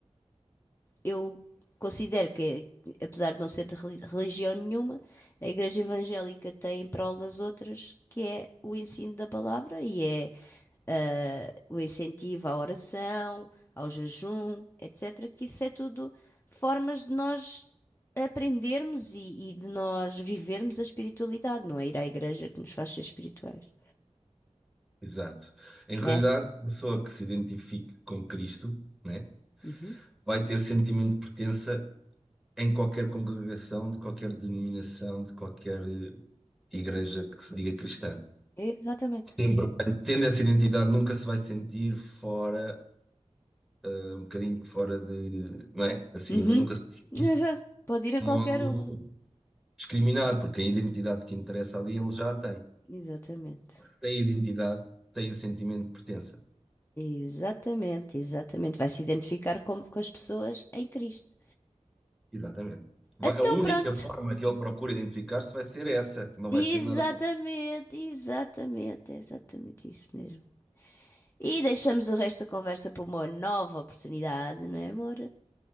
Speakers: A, on the left (about 20°); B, in the centre.
A: eu considero que, apesar de não ser de reli- religião nenhuma, a Igreja Evangélica tem em prol das outras, que é o ensino da palavra e é ah, o incentivo à oração, ao jejum, etc. Que isso é tudo formas de nós aprendermos e, e de nós vivermos a espiritualidade, não é ir à igreja que nos faz ser espirituais,
B: exato. Em
A: né?
B: realidade, a pessoa que se identifique com Cristo, né,
A: Uhum.
B: vai ter sentimento de pertença em qualquer congregação, de qualquer denominação, de qualquer eh, igreja que se diga cristã.
A: Exatamente.
B: Sempre vai- Tendo essa identidade, nunca se vai sentir fora, eh, um bocadinho fora de, não é? Assim,
A: Uhum.
B: nunca se sente
A: <laughs> Exato. Pode ir a
B: de
A: qualquer
B: modo
A: uma.
B: discriminado, porque a identidade que interessa ali ele já a tem.
A: Exatamente.
B: Tem a identidade, tem o sentimento de pertença.
A: Exatamente, exatamente. Vai se identificar com, com as pessoas em Cristo.
B: Exatamente. Vai-
A: Então
B: a única
A: pronto.
B: forma que ele procura identificar-se vai ser essa, não vai
A: Exatamente,
B: ser nada.
A: exatamente, é exatamente isso mesmo. E deixamos o resto da conversa para uma nova oportunidade, não é, amor?